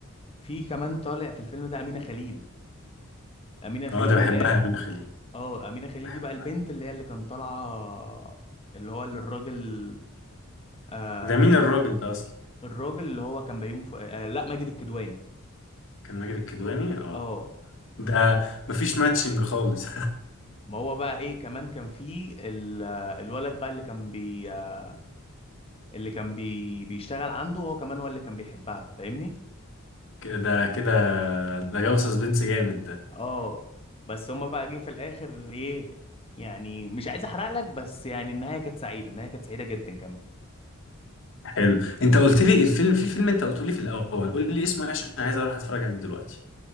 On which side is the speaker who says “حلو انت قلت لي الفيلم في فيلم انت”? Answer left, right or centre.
Left